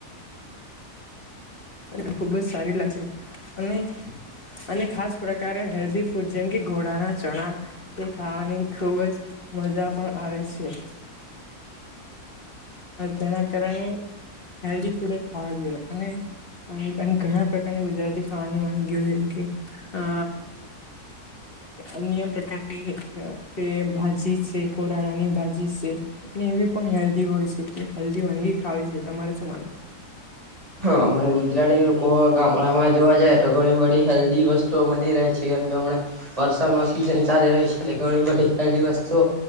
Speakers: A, on the left; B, on the right.
A: અને ખૂબ જ સારી લાગશે અને અને ખાસ પ્રકારે હેલ્ધી ફુડ જેમ ઘોડાના ચણા તે ખાવાની ખુબ જ મજા પણ આવે છે. જેના કારણે હેલ્ધી ફૂડ થવા જોઈએ અને અને ઘણા પ્રકારની ગુજરાતી ખાવાની વાનગીઓ જેમ કે અ અન્ય પ્રકારની કે ભાજી છે, કોરાડાની ભાજી છે. એટલે એવી પણ હેલ્ધી હોય છે. હલ્ધી વાનગી ખાવી છેઈએ તમારે શું માનવું?
B: હા મને એવુ જ ગુજરાતી લોકો ગામડામાં જોવા જાય તો ઘણી બધી હેલ્ધી વસ્તુઓ મળી રહે છે કેમ વરસાદ ની સિઝન ચાલી રહી છે એટલે ઘણી બધી હેલ્ધી વસ્તુઓ